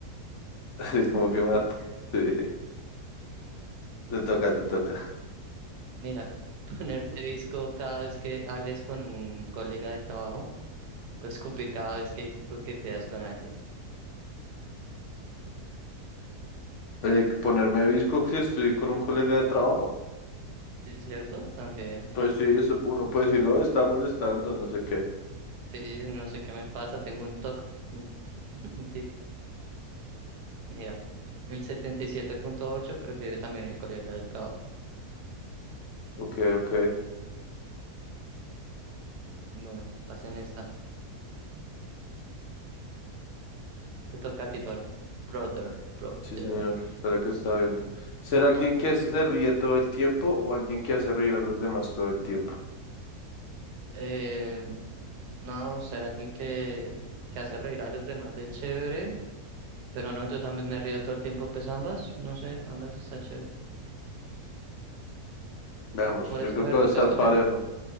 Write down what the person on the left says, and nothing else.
así
como que mata. Sí, te toca, te toca.
Eh, ponerme visco si estoy con un colega de trabajo.
Pues sí, eso uno puede decir, no, está molestando, no sé qué.
Ok, ok.
Sí, señor. Espera que está viendo. ¿Ser alguien
que se ríe todo el tiempo o alguien que hace reír a los demás todo el tiempo?
Veamos,
yo
creo que va
a estar
parejo.